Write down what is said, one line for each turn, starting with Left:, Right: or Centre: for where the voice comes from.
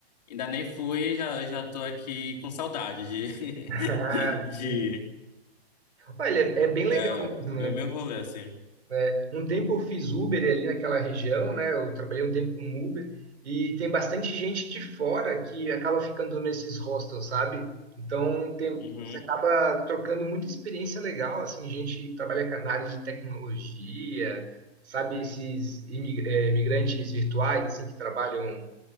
Left: ainda nem fui, já, já tô aqui com saudade de,
Right: <laughs> ah,
Left: <laughs> de
Right: sim. olha, é bem legal
Left: é,
Right: mesmo,
Left: ver
Right: né?
Left: meu rolê, assim.
Right: É, um tempo eu fiz Uber ali naquela região, né? Eu trabalhei um tempo com Uber e tem bastante gente de fora que acaba ficando nesses hostels, sabe? Então tem-
Left: Uhum,
Right: você acaba trocando muita experiência legal, assim, gente que trabalha com na área de tecnologia, sabe, esses imigra- eh, imigrantes virtuais, assim, que trabalham